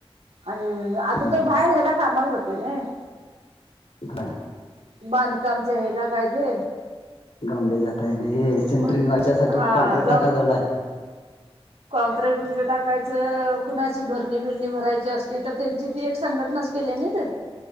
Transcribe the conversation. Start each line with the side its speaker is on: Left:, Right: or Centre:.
Right: आणि आता
Left: हम्म
Right: तो बाहेर ह्यायला कामाला जातोय नाही
Left: <unintelligible>
Right: बांधकामच्या हेला काय ते
Left: गौंडे जाताय हे सिंटरिंग
Right: मग
Left: यासाठी
Right: हा
Left: कॉँक्रीट टाकाजवलाय
Right: कँक्रे ब कायच कुणाची भरणी बिरणी भरायची असली तर त्यांची ती एक संघटनाच केली आहे ना ते